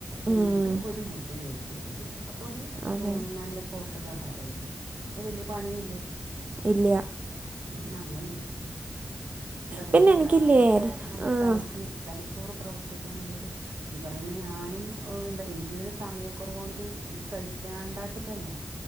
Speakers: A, on the right; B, on the right.
A: ഉം.
B: എന്ന്ട്ട് ഒര് മുട്ടെ വേവിച്ച് കയി ചോവ അപ്പൊ ഒരു
A: അതെ.
B: ഉം നല്ല പോഷകാഹാര ആയിലെ അത് വല്ല്യ പണീല്ല
A: ഇല്ല്യ
B: ഉം ന്ന അങ്ങന ചെയ്യ് എന്താ അറിയോ
A: പിന്നെ എനിക്കില്ലേ
B: രാവിൽത്തെ നമ്മടെ
A: ആഹ്
B: തലക്ക് തലച്ചോറ് പ്രവർത്തിക്കാനുള്ളൊരു ഈ പറയുന്ന ഞാനും ഏഹ് എന്ത എനിക്ക് സമയക്കൊറവോണ്ട് എനിക്ക് കഴിക്കാണ്ടച്ചിട്ടല്ല